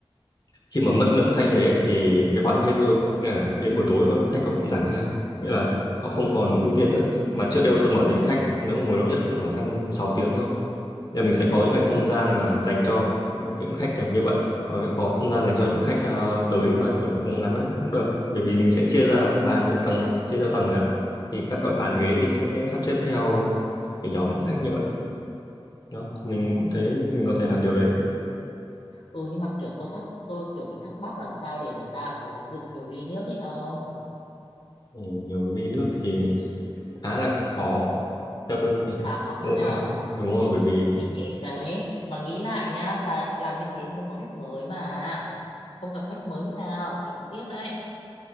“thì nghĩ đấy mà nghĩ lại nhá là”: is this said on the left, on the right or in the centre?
Left